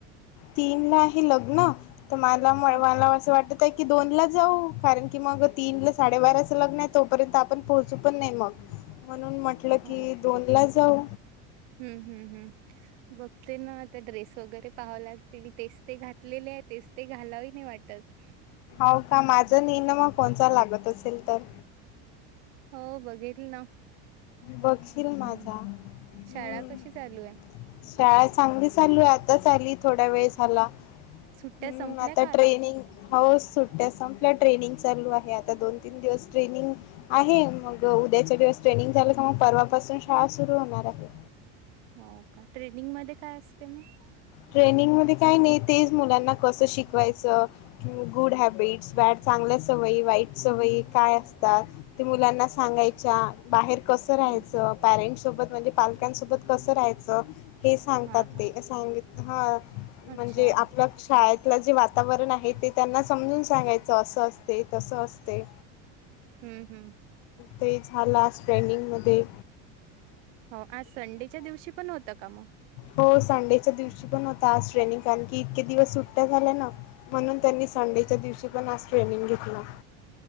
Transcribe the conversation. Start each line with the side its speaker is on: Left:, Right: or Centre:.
Left: तीन ला आहे लग्न तर मला मला
Right: हं,
Left: असं वाट. की दोन ला जाऊ कारण की मग तीन ला साडेबारा लग्न आहे तोपर्यंत आपण पोहोचू पण नाही मग म्हणून म्हटलं
Right: हो
Left: की
Right: हम्म
Left: दोन ला जाऊ
Right: हम्म हम्म ब ते ना आता ड्रेस वगैरे पाहावं लागतील तेच ते घातलेले आहे तेच ते घालावे नाही वाटत.
Left: हो का माझं निेण मग कोण लागत असेल तर
Right: हो बघेल ना.
Left: बघशील माझा
Right: हम्म
Left: हम्म
Right: शाळा कशी चालू आहे.
Left: शाळा चांगली चालू आताच आली थोडा वेळ झाला.
Right: सुट्ट्या
Left: हम्म
Right: संपल्या
Left: आता
Right: का
Left: ट्रेनिंग हच सुट. संपल्या ट्रेनिंग चालू आहे आता दोन तीन दिवस ट्रेनिंग आहे मग उद्याच्या दिवस ्रेनिंग झाल्यास परवापासून शाळा सुरू होणार आहे.
Right: हो का ट्रेनिंग मध्ये काय असते मग
Left: ट्रेनिंग मध्ये काय नाही तेच मुलांना कसं शिकवायचं गुड हॅबिट्स बॅड चांगले. सवय वाई सवयी काय असतात मुलांना सांगायच्या बार. कसं राहायचं
Right: हम्म, हम्म.
Left: पॅरेंट् सोबत म्हणजे पालकांसोबत कसं राहायचं. हे सांगतात
Right: हा हा
Left: ते सांगित हा
Right: अच्छा
Left: म्हणजे आपलं शाळेत आपलं जे वातावरण आहे ते त्यांना समजून सांगायचं असं असते तस असते.
Right: हम्म हम्म.
Left: ते झाला ट्रेंडिंगमध्ये
Right: हो आज संडेच्या दिवशी पण होतं का मग
Left: हो संडेच्या दिवशी पण होता आज ट्रेनिंग कारण की इतके दिवस सुट्ट्या झाल्या ना म्हणून त्यांनी संडेच्या दिवशी पण आज ट्रेनिंग घेतलं.